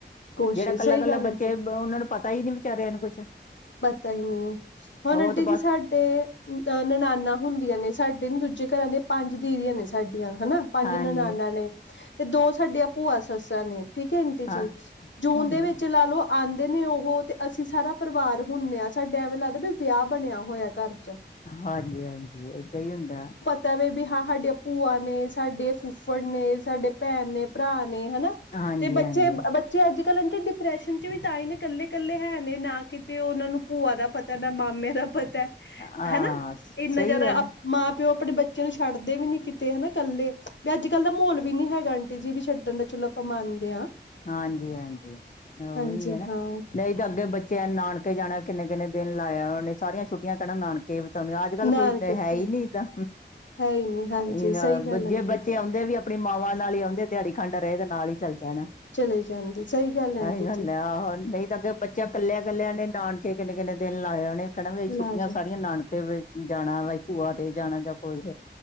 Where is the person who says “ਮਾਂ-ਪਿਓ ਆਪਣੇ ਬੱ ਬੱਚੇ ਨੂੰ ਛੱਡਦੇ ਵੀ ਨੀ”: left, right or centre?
Left